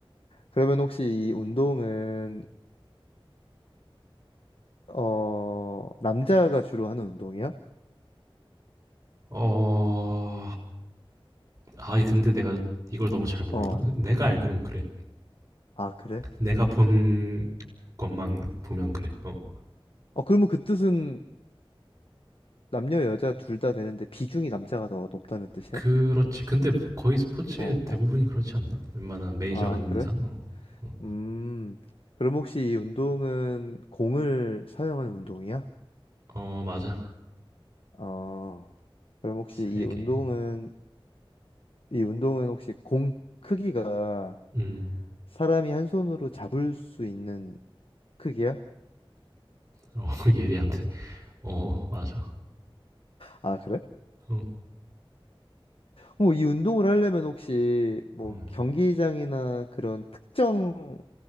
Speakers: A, on the left; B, on the right.
A: 그러면 혹시 이 운동은, 어, 남자가 주로 하는 운동이야?
B: 어, 아, 이 근데 내가 이걸 너무 잘 모르나?
A: 어,
B: 내가 알기론 그래.
A: 아, 그래?
B: 내가 본 것만 보면 그래. 어.
A: 어, 그러면 그 뜻은 남녀, 여자 둘 다 되는데 비중이 남자가 더 높다는 뜻이야?
B: 그렇지. 근데 거의 스포츠
A: 어,
B: 대부분이
A: 어.
B: 그렇지 않나? 웬만한 메이저
A: 아,
B: 아닌
A: 그래?
B: 이상. 어, 어.
A: 음, 그럼 혹시 이 운동은 공을 사용하는 운동이야?
B: 어, 맞아.
A: 어, 그럼 혹시
B: 세
A: 이 운동은
B: 개.
A: 이 운동은 혹시 공 크기가
B: 음,
A: 사람이 한 손으로 잡을 수 있는 크기야?
B: 어, <laughs> 예리한데. 어, 맞아.
A: 아, 그래?
B: 어,
A: 뭐 이 운동을 하려면 혹시 뭐
B: 어.
A: 경기장이나 그런 특정